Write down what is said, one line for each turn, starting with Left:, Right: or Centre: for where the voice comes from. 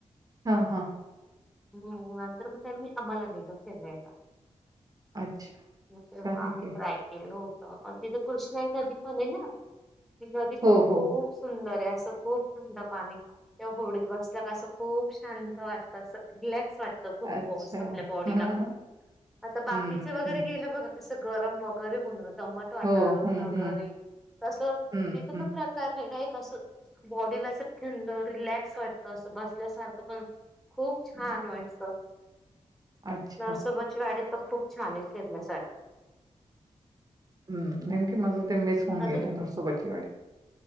Right: हां हां.
Centre: हुं नंतर म त्यांनी आम्हाला न्हेल फिराण्याला.
Right: अच्छा.
Centre: मग तेव्हा
Right: छान आहे
Centre: आम्ही
Right: की.
Centre: ट्राय केलो तवा पण तिथं कृष्णाई नदी पण आहे ना ती नदी
Right: हो,
Centre: पण खूप
Right: हो.
Centre: सुंदरयं असं खूप थंड पाणी त्या होडीत बसल्या का असं खूप शांत वाटतं अस रिलॅक्स वाट त खूप
Right: अच्छा
Centre: वॉस आपल्या बॉडीला
Right: हम्म
Centre: आता बाकीच
Right: हम्म.
Centre: वगैरे गेलं बघा. तसं गरम वगैरे होण दमट वातावरण
Right: हो हम्म
Centre: वगैरे
Right: हम्म
Centre: तसं
Right: हम्म
Centre: तिथ
Right: हम्म.
Centre: तर प्रते <inaudible> एक असं बॉडीला असं थंड रिलॅक्स वाटतं असं बसल्यासारखं पण खूप छान वाटतं
Right: अच्छा
Centre: नरसोबची वाडी तर खूप छानयं फिरण्यासाठी.
Right: हुं नेमकीे माझं ते मिस होऊन
Centre: अजून
Right: गेलेयं नसोबतची वाडी